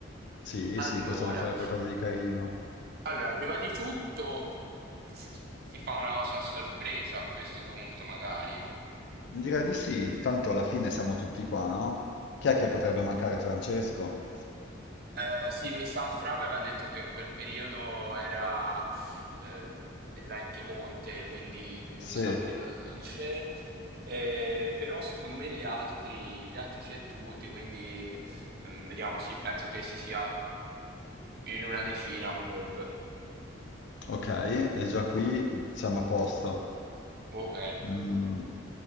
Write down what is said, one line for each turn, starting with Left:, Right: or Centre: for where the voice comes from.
Left: sì,
Right: Allora.
Left: sì, possiamo fare qualcosa di carino.
Right: Allora, prima di tutto si fa una cosa a sorpresa a questo punto, magari.
Left: Direi di sì, tanto alla fine siamo tutti qua, no? Chi è che potrebbe mancare Francesco?
Right: Eh, sì, mi sa, Fra aveva detto che in quel periodo era, ehm, era in Piemonte, quindi, quindi
Left: Sì,
Right: mi sa che non, non c'è. Eh, però secondo me gli altri, gli altri c'è tutti, quindi ehm, vediamo, sì, penso che si sia in una decina comunque.
Left: ok, e già qui siamo a posto.
Right: Ok.
Left: Mm.